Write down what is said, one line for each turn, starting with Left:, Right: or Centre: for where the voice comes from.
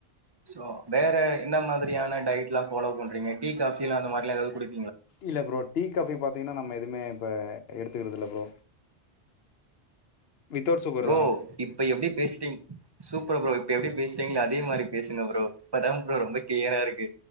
Right: சோ வேற என்ன மாதிரியான டயட்லா ஃபலோ பண்றீங்க டீ காஃபிலா அந்த மாரிலா எதாவ்து குடிப்
Left: இல்ல ப்ரோ டீ காபி பாத்தீங்னா நம்ம எதுவுமே இப்ப எடுத்துக்குறது இல்ல ப்ரோ வித்தவுட் சுகர்
Right: ப்ரோ
Left: தா
Right: இப்ப எப்டி பேசுறீங்க சூப்பர் ப்ரோ இப்ப இப்ப எப்டி பேசுறீங்ளோ அதே மாதிரி பேசங்க் ப்ரோ இப்தா ப்ரோ ரொம்ப கிளியரா இருக்கு